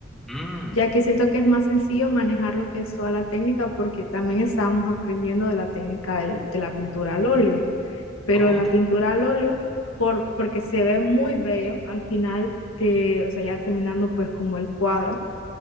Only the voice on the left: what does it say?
ya que siento que es más sencillo manejar lo que es toda la técnica porque también estábamos aprendiendo de la técnica del- de la pintura al óleo, pero
la
pintura al óleo, por, porque se ve muy bello al final, de, o sea, ya terminando pues como el cuadro,